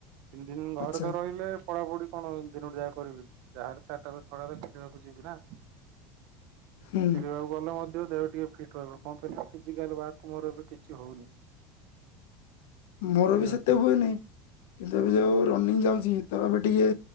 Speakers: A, on the right; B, on the left.
A: ତିନି ଦିନ ଘରେ
B: ଆଚ୍ଛା
A: ତ ରହିଲେ ପଢାପଢି କଣ ଦିନଟି ଯାଏ କରିବି? ଯାହା ହେଲେ ଚାରିଟାରୁ ଛଅଟା ଖେଳିବାକୁ ଯିବି ନା?
B: ହୁଁ
A: ଖେଳିବାକୁ ଗଲେ ମଧ୍ୟ ଦେହ ଟିକେ ଫିଟ୍ ରହିବ, କଣ କହିଲ, ଫିଜିକାଲୱାର୍କ ମୋର ଏବେ କିଛି ହଉନି। <inaudible>
B: ମୋର
A: ଠିକ୍
B: ବି ସେତେ
A: ଅଛି
B: ହୁଏନି। କିନ୍ତୁ ଏବେ ଯୋଉ ରନିଙ୍ଗି ଯାଉଚି, ତ ଏବେ ଟିକେ